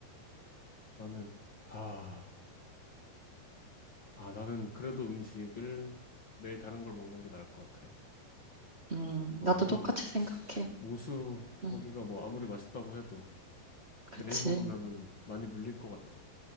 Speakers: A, on the left; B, on the right.
A: 나는, 아, 아, 나는 그래도 음식을 매일 다른 걸 먹는 게 나을 것 같아.
B: 음,
A: 어,
B: 나도
A: 뭐,
B: 똑같이 생각해.
A: 모수, 거기가
B: 음,
A: 뭐 아무리 맛있다고 해도
B: 그치.
A: 매일 먹으면은 많이 물릴 것 같아.